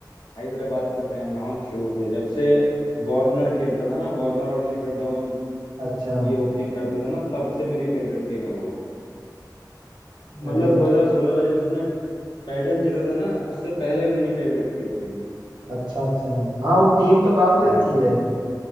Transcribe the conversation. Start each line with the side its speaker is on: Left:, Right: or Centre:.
Left: हैदराबाद का फैन रहा हूँ शुरू से जब से वार्नर खेलता था ना वार्नर और शिखर धवन
Right: अच्छा
Left: ये ओपनिंग करते थे ना तब से मेरी फेवरेट टीम है वो मतलब
Right: अरे
Left: 2016 का जब उसने टाइटल जीता था ना उससे पहले मेरी फेवरेट थी वो टीम
Right: अच्छा अच्छा हाँ वो टीम तो काफी
Left: हाँ
Right: अच्छी है